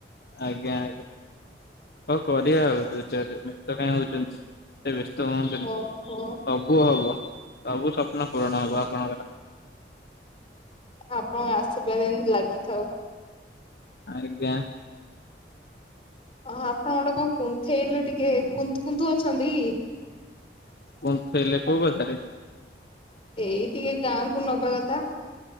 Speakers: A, on the left; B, on the left.
A: ଆଜ୍ଞା, ଆଜ୍ଞା, ହଉ କରିବା ଆଉ ଦୁ ତ କାଇଁ ହଉଛନ୍ତି? ସେ ବ୍ୟସ୍ତ ହୁଅନ୍ତିନି
B: ଓହୋ
A: ସବୁ ହବ ସବୁ ସ୍ୱପ୍ନ ପୂରଣ ହବ ଆପଣଙ୍କର।
B: ଆପଣଙ୍କ ଆଶୀର୍ବାଦ ଏମିତି ଲାଗିଥାଉ।
A: ଆଜ୍ଞା
B: ଓ ଆପଣ ଗୋଟେ କଣ କୁନ୍ଥେଇଲେ ଟିକେ କୁୁ କୁଥୁ ଅଛନ୍ତି କି
A: କୁନ୍ଥେଇଲେ କୋଉ କଥା ରେ
B: ଏଇ ଟିକେ ଗାଁ କ ନବା କଥା।